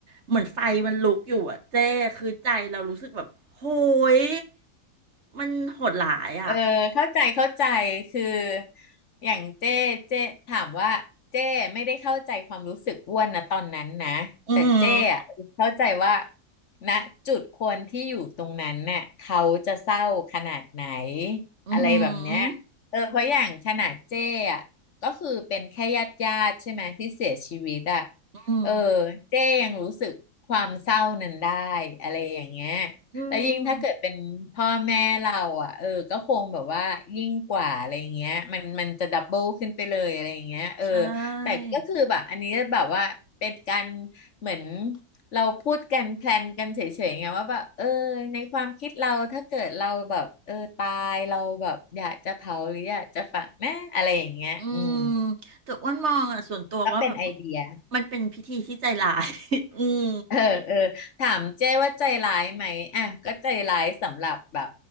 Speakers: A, on the right; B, on the left.
A: เหมือนไฟมันลุกอยู่อะเจ้คือใจเรารู้สึกแบบโหยมันโหดหลายอ่ะ
B: เออเข้าใจเข้าใจคืออย่างเจ้เจ้ถามว่าเจ้ไม่ได้เข้าใจความรู้สึกอ้วนนะตอนนั้นนะแต่เจ้อะเข้าใจว่า
A: อือหือ
B: ณจุดคนที่อยู่ตรงนั้นน่ะเขาจะเศร้าขนาดไหน
A: อือหื
B: อะไรแบบเนี้ย
A: อ
B: เออเพราะอย่างขนาดเจ้อะก็คือเป็นแค่ญาติญาติใช่ไหมที่เสียชีวิตอะ
A: อือหือ
B: เออเจ้ยังรู้สึกความเศร้านั้นได้อะไรอย่างเงี้ย
A: อืม
B: แล้วยิ่งถ้าเกิดเป็นพ่อแม่เราอ่ะเออก็คงแบบว่ายิ่งกว่าอะไรอย่างเงี้ยมันมันจะดับเบิลขึ้นไปเลยอะไรอย่างเงี้ยเออ
A: ใช่
B: แต่ก็คือแบบอันนี้แบบว่าเป็นการเหมือนเราพูดกันแพลนกันเฉยๆไงว่าแบบเออในความคิดเราถ้าเกิดเราแบบเออตายเราแบบอยากจะเผาหรืออยากจะฝังนะอะไรอย่างเงี้ยอืม
A: อืมแต่อ้วนมองอ่ะส่วนตัวว่าแบบ
B: ก็เป็นไอเดีย
A: มันเป็นพิธีที่ใจร้าย <laughs> อืม
B: เออเออถามเจ้ว่าใจร้ายไหมอ่ะก็ใจร้ายสำหรับแบบ